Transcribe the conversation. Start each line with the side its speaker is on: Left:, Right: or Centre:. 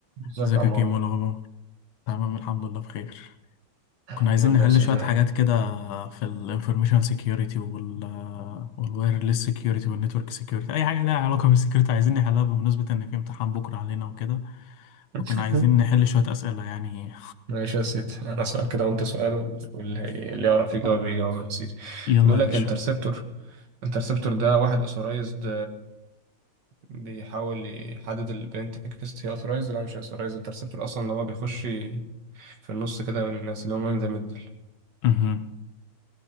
Right: ازيك
Left: ازيك
Right: يا عمار
Left: يا كيمو إيه الاخبار تمام الحمد لله بخير
Right: الحمد
Left: كنا عايزين
Right: لله
Left: نحل
Right: يا سيدي
Left: شوية حاجات كده في الانفورميشن سيكيورتي وال والوايرلس سيكيورتي والنتورك سيكيورتي اي حاجة لها علاقة بالسيكيورتي عايزين نحلها بمناسبة ان في امتحان بكرة علينا وكده وكنا
Right: <laughs>
Left: عايزين نحل شوية اسئلة يعني
Right: ماشي يا سيدي انا سؤال كده وانت سؤال واللي اللي يعرف يجاوب يجاوب يا سيدي
Left: يلا
Right: بيقول
Left: يا
Right: لك
Left: باشا
Right: انترسبتور انترسبتور ده واحد اوثورايزد بيحاول يحدد البنتكست هي اوثورايزد ولا مش اوثورايزد انترسبتور اصلا اللي هو بيخش في النص كده بين الناس اللي هو مان ذا ميدل
Left: امم